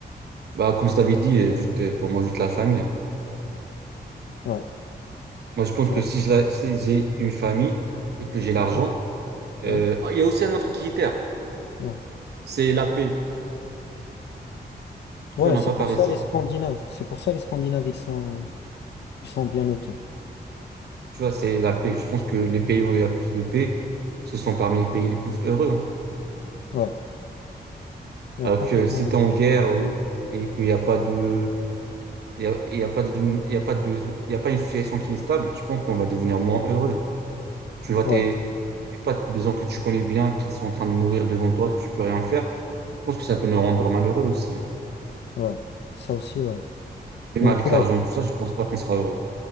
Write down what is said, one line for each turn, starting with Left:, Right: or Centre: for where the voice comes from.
Right: Bah, comme je t'avais dit, euh, juste, euh, pour moi, juste la famille. hein.
Left: Ouais,
Right: Moi, je pense
Left: ouais,
Right: que si je la- si j'ai une famille et que j'ai l'argent,
Left: mhm, ouais,
Right: euh, ah, il y a aussi un autre critère,
Left: ouais.
Right: c'est la paix. Tu
Left: Ouais,
Right: vois, on n'a
Left: c'est
Right: pas
Left: pour
Right: parlé
Left: ça
Right: de ça.
Left: les Scandinaves. C'est pour ça les Scandinaves, ils sont Ils sont bien notés.
Right: Tu vois, c'est la paix. Je pense que les pays où il y a plus de paix, ce sont parmi les pays les plus heureux. hein.
Left: Ouais, ouais,
Right: Alors
Left: complètement
Right: que si
Left: d'accord.
Right: t'es en guerre ou- et qu'il n'y a pas de, il y a, il y a pas d'une, il y a pas de, il y a pas une situation qui est stable, je pense qu'on va devenir moins heureux. Tu vois,
Left: Ouais,
Right: t'es, c'est pas des gens que tu connais bien qui sont en train de mourir devant toi, tu peux rien faire. Je pense que ça peut nous rendre malheureux aussi. hein.
Left: ouais, ça aussi, ouais.
Right: Même
Left: Donc,
Right: avec
Left: ouais,
Right: l'argent et tout ça, je pense pas qu'on sera heureux.